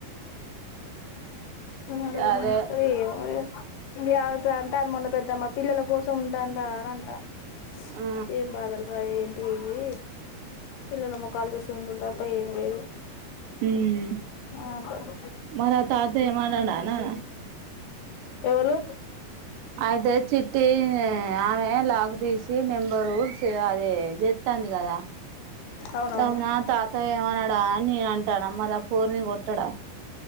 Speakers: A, on the left; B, on the right.
A: కొంత మంది కొన్నది
B: అదే
A: ఉత్తగ పాయే ఇటే ఆగుత అంటే మొన్న పెద్దమ్మ పిల్లల కోసం ఉంటాన్న్ర అని అంటాంది.
B: ఆ
A: ఏం బాధలు బాయి ఏంటి ఇది పిల్లల మొకాలు చూసి ఉండుడు తప్ప ఏం లేదు
B: హ్మ్
A: అని అంటాను
B: మరా తాత ఏమ్ అనడా నానా
A: ఎవలు
B: అయితే చిట్టి ఆమె లాక్ తీసి నెంబరూ అదే చెత్తంది కదా
A: అవునవును
B: అవునా తాత ఏమనాడా అని నేన్ అంటన ఆ పోర్ని కొట్టడా